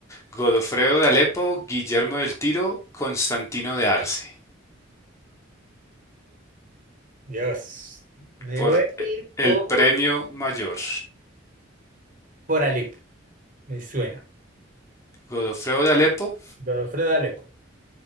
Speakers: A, on the left (about 15°); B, on the right (about 40°).
A: Godofredo de Alepo, Guillermo del Tiro, Constantino de Arce.
B: Dios, me
A: Por
B: voy a
A: eh,
B: ir
A: el
B: por,
A: premio mayor.
B: por Alepo. Me suena.
A: Godofredo de Alepo.
B: Godofredo Alepo.